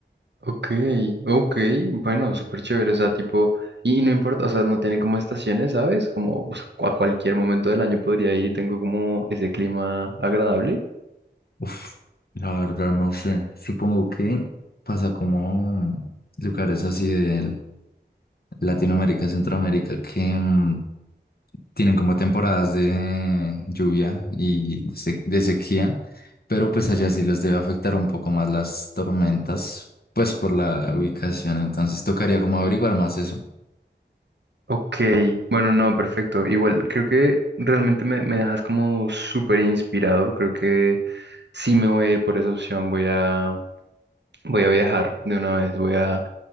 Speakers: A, on the right; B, on the left.
A: Ok, ok, bueno, súper chévere, o sea, tipo, y, y no importa, o sea, no tienen como estaciones, ¿sabes? Como o sea, a cualquier momento del año podría ir y tengo como ese clima agradable.
B: Uf, la verdad no sé. Supongo que pasa como lugares así de Latinoamérica, Centroamérica, que mm, tienen como temporadas de lluvia y de se- de sequía, pero pues allá sí los debe afectar un poco más las tormentas, pues por la ubicación, entonces tocaría como averiguar más eso.
A: Ok, bueno, no, perfecto. Igual, creo que realmente me, me dejas como súper inspirado. Creo que sí me voy a ir por esa opción. Voy a, voy a viajar de una vez. Voy a,